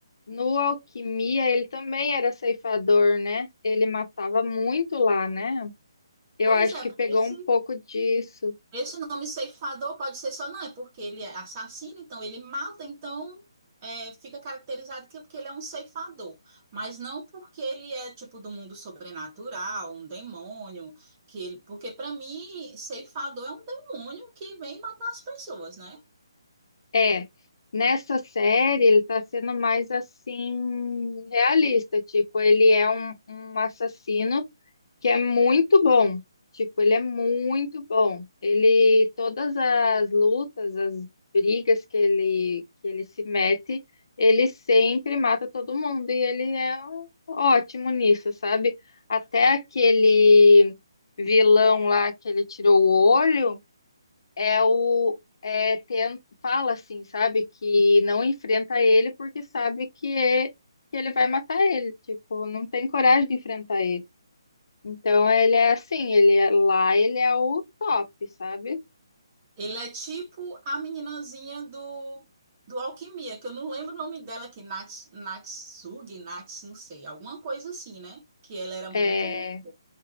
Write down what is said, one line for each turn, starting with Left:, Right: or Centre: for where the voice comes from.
Left: no Alquimia, ele também era ceifador, né? Ele matava muito lá, né? Eu
Right: Pois
Left: acho
Right: é,
Left: que
Right: porque
Left: pegou
Right: se
Left: um pouco disso.
Right: Esse nome ceifador pode ser só não, é porque ele é assassino, então ele mata, então é, fica caracterizado que porque ele é um ceifador, mas não porque ele é tipo do mundo sobrenatural, um demônio, que ele, porque para mim ceifador é um demônio que vem matar as pessoas, né?
Left: É, nessa série ele tá sendo mais assim realista, tipo, ele é um, um assassino que é muito bom, tipo, ele é muito bom. Ele, todas as lutas, as brigas que ele, que ele se mete, ele sempre mata todo mundo e ele é ó- ótimo nisso, sabe? Até aquele vilão lá que ele tirou o olho é o é, ten- fala assim, sabe, que não enfrenta ele porque sabe que, é- que ele vai matar ele, tipo, não tem coragem de enfrentar ele. Então ele é assim, ele é, lá ele é o top, sabe?
Right: Ele é tipo a meninazinha do, do Alquimia, que eu não lembro o nome dela, que Nats, Natsugi, Nats, não sei, alguma coisa assim, né? Que ela era muito.
Left: É,